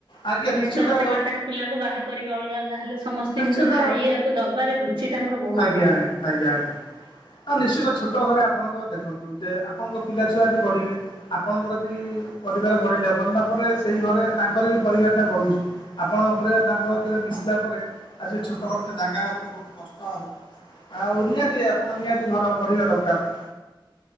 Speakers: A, on the left; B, on the right.
A: ଆଜ୍ଞା
B: ହେଲେ
A: ନିଶ୍ଚିନ୍ତ
B: ତାପରେ ସେ
A: ଆଉ
B: ମା ତାଙ୍କ ପିଲାଙ୍କୁ ବାହା କରିବି ଅଲ୍ ଗା ଅଲ୍ ଗା ହେଲେ ସମସ୍ତି
A: ନିଶ୍ଚିନ୍ତ
B: କିନ୍ତୁ ଖାଇବାକୁ ଦବାରେ ରୁଚି ଟା ମୋର ବହୁତ୍
A: ଆଜ୍ଞା
B: ଭଲ।
A: ଆଜ୍ଞା ଆଜ୍ଞା ଆଜ୍ଞା ଆ ନିଶ୍ଚିତ ଛୋଟ ଘରେ ଆପଣଙ୍କ ଦେଖନ୍ତୁ ଯେ ଆପଣଙ୍କ ପିଲା ଛୁଆ ଆଜି ବଢିବେ ଆପଣଙ୍କର ବି ପରିବାର ବଢିଲା ବଢିଲା ପରେ ସେଇ ଘରେ ତାଙ୍କର ବି ପରିବାର ଟା ବଢୁଛି ଆପଣ ଉପରେ ତାଙ୍କ ସାଥିରେ ମିଶିଲା ପରେ ଆଉ ସେ ଛୋଟ ଘରଟା ଜାଗା ହବନି ବହୁତ୍ କଷ୍ଟ ହବ। ଆଉ ନିହାତି ଆପଣ ନିହାତି ଘର ବଢିବା ଦକାର।